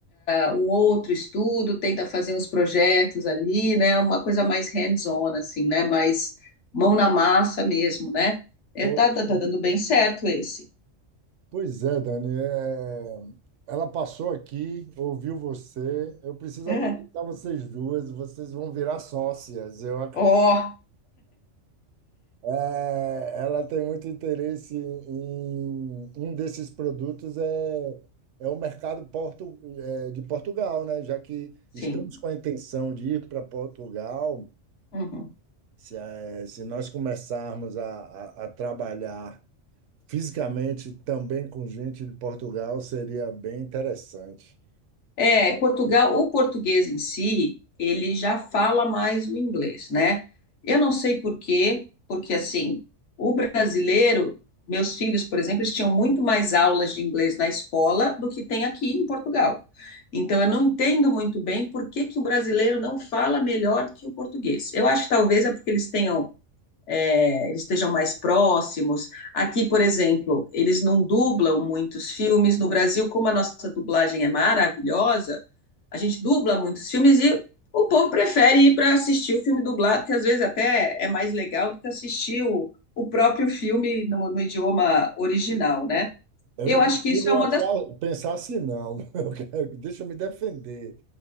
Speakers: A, on the left (about 65°); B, on the right (about 70°).
A: uh, um outro estudo, tenta fazer uns projetos ali, né? Uma coisa mais hands-on assim, né? Mais mão na massa mesmo, né? É,
B: Poxa,
A: tá, tá, tá dando bem certo esse.
B: Pois é, Dani, é, ela passou aqui, ouviu você. Eu preciso
A: É.
B: apresentar vocês duas, vocês vão virar sócias, eu
A: Ó,
B: É, ela tem muito interesse em um desses produtos é, é o mercado portu, é, de Portugal, né? Já que
A: sim.
B: estamos com a intenção de ir para Portugal,
A: Uhum.
B: se, é, se nós começarmos a, a, a trabalhar fisicamente também com gente de Portugal, seria bem interessante.
A: É, Portugal, o português em si, ele já fala mais o inglês, né? Eu não sei por quê, porque assim, o brasileiro, meus filhos, por exemplo, eles tinham muito mais aulas de inglês na escola do que tem aqui em Portugal. Então, eu não entendo muito bem por que que o brasileiro não fala melhor que o português. Eu acho que talvez é porque eles tenham é, eles estejam mais próximos. Aqui, por exemplo, eles não dublam muitos filmes. No Brasil, como a nossa dublagem é maravilhosa, a gente dubla muitos filmes e o povo prefere ir para assistir o filme dublado, que às vezes até é mais legal do que assistir o, o próprio filme no, no idioma original, né?
B: Eu
A: Eu
B: não consigo
A: acho que isso é uma
B: achar,
A: das.
B: pensar assim, não. <laughs> Eu quero- deixa eu me defender.